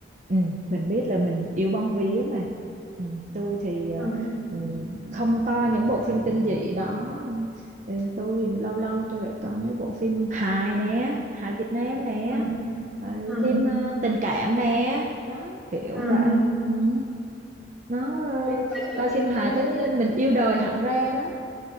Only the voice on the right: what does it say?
ừ, mình biết là mình yêu bóng vía mà. Ừ, tôi thì ờ,
ừ, không coi những bộ phim kinh dị đó. Ừ, tôi lâu lâu tôi lại coi mấy bộ phim hài nè, hài Việt Nam nè.
Rồi,
phim ờ, tình cảm nè đó kiểu
vậy ừ. nó
ờ,
coi phim
hài
thế
mình yêu đời hẳn ra đó